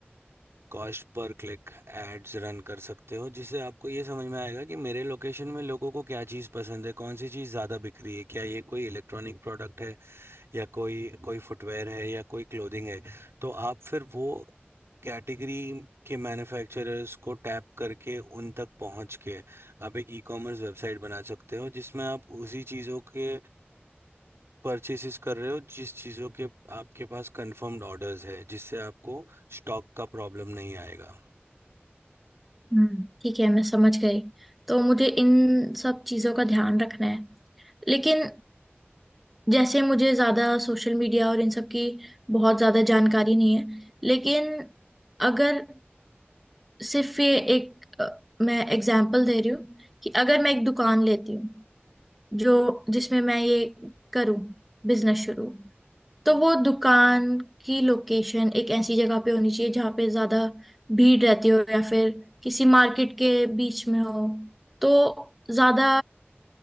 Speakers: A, on the right; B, in the centre.
A: cost per click ads run कर सकते हो जिससे आपको ये समझ में आएगा कि मेरे लोकेशन में लोगों को क्या चीज़ पसंद है कौन सी चीज़ ज़्यादा बिक रही है क्या ये कोई इलेक्ट्रॉनिक प्रोडक्ट है या कोई कोई फुटवेयर है या कोई क्लोथिंग है तो आप फिर वो कैटेगरी के मैन्युफैक्चरर्स को टैप करके उन तक पहुंच के आप एक ई कॉमर्स वेबसाइट बना सकते हो जिसमें आप उसी चीज़ों के परचेसेस कर रहे हो जिस चीज़ों के आपके पास कंफर्म्ड ऑर्डर्स है जिससे आपको स्टॉक का प्रॉब्लम नहीं आएगा
B: हम्म ठीक है मैं समझ गई तो मुझे इन सब चीजों का ध्यान रखना है लेकिन जैसे मुझे ज्यादा सोशल मीडिया और इन सब की बहुत ज्यादा जानकारी नहीं है लेकिन अगर सिर्फ ये एक अ, मैं एग्जाम्पल दे रही हूँ कि अगर मैं एक दुकान लेती हूँ जो जिसमें मैं ये करूँ बिजनेस शुरू तो वो दुकान की लोकेशन एक ऐसी जगह पे होनी चाहिए जहाँ पे ज्यादा भीड़ रहती हो या फिर किसी मार्केट के बीच में हो तो ज्यादा